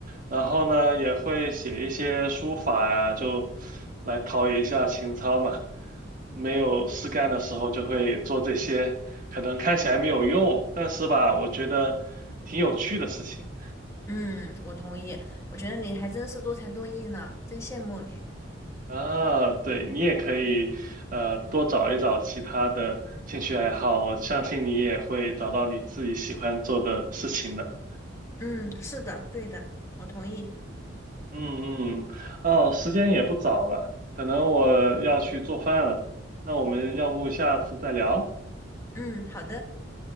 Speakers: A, on the right; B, on the left.
A: 然后呢，也会写一些书法呀、就来陶冶一下情操嘛。没有事干的时候就会做这些，可能看起来没有用，但是吧，我觉得挺有趣的事情。
B: 嗯，我同意，我觉得你还真是多才多艺呢，真羡慕你。
A: 啊，对，你也可以，呃，多找一找其他的兴趣爱好，我相信你也会找到你自己喜欢做的事情的。
B: 嗯，是的，对的，我同意。
A: 嗯嗯，哦，时间也不早了，可能我要去做饭了，那我们要不下次再聊？
B: 嗯，好的。